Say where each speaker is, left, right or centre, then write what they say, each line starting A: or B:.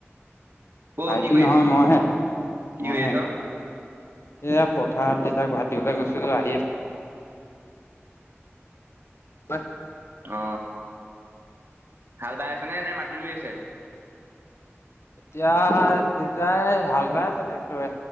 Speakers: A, on the right; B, on the left.
A: ক
B: ভাইটি
A: কি কৰি
B: নহয়
A: আছ
B: মইহে।
A: কি
B: মইহে
A: কৰি আছ।
B: এয়া পথাৰ দিচাক ভাত দিবলৈ গৈছো আহি আ। আছো
A: অ হাল বাই আছে নে নে মাটি ৰুই আছে।
B: এতিয়া দেউতাই হাল বাই আছে ট্ৰেক্টৰে।